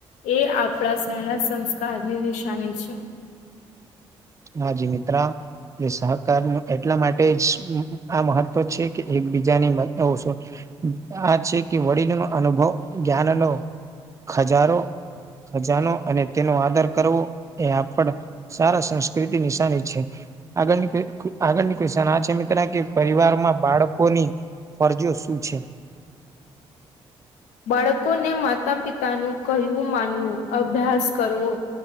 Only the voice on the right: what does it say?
હાજી મિત્ર. એ સહકારનું એટલા માટે જ આ મહત્વ છે કે એકબીજાની. <unintelligible> આ છે કે વડીલનો અનુભવ જ્ઞાનનો ખજારો ખજાનો અને તેનો આદર કરવો એ આપડ સારા સં પ્રીતિ નિશાની છે. આગળની આગળની ક્વેશ્ચન આ છે મિ ત્ર કે પરિવારમાં બાળકોની ફરજીઓ શું છે.